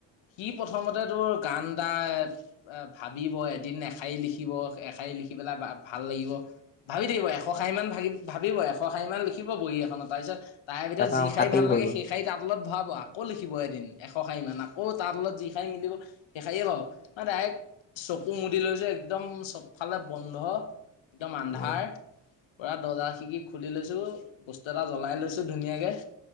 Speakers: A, on the left; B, on the left.
A: সি প্ৰথমতে তোৰ গান এটা এ, ভাবিব এদিন এশাৰী লিখিব এশাৰী লিখি পেলাই বা-ভাল লাগিব। ভাবি থাকিব এশশাৰী মান ভা-ভাবিব এশশাৰী মান লিখিব বহী এখনত তাৰপিছত তাৰে ভিতৰত
B: তাৰপা
A: যি
B: আকৌ
A: ষাৰি
B: কাটিং
A: ভাল
B: কৰিব
A: লাগে টাবুলত ভৰাব আকৌ লিখিব এদিন এশ শাৰীমান আকৌ তাঁ তলত যি খাইহ মিলিব সেই শাৰীয়ে বাৰু। অ, ডাইৰেক্ট চকু মুদি লৈছে একদম চবফালে বন্ধ। একদম
B: অ
A: আন্ধাৰ। পুৰা দৰ্জা শিকি খুলি লৈছোঁ, বস্তু এটা জ্বলাই লৈছোঁ ধুনীয়াকে।